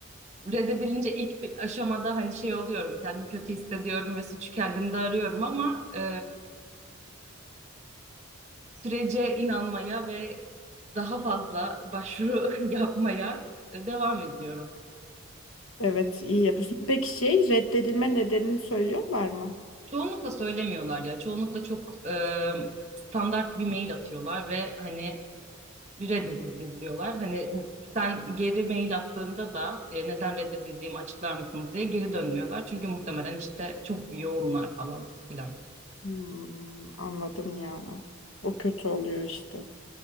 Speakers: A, on the right; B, on the left.
A: reddedilince ilk bir aşamada hani şey oluyorum, kendimi kötü hissediyorum ve suçu kendimde arıyorum ama e, sürece inanmaya ve daha fazla başvuru <laughs> yapmaya e, devam ediyorum.
B: Evet, iyi yapıyorsun. Peki şey reddedilme nedenini söylüyorlar mı?
A: Çoğunlukla söylemiyorlar ya, çoğunlukla çok e, standart bir mail atıyorlar ve hani reddedildiniz diyorlar. Hani sen geri mail attığında da e, neden reddedildiğimi açıklar mısınız diye geri dönmüyorlar. Çünkü muhtemelen işte çok yoğunlar falan filan.
B: Hmm, anladım ya. O kötü oluyor işte.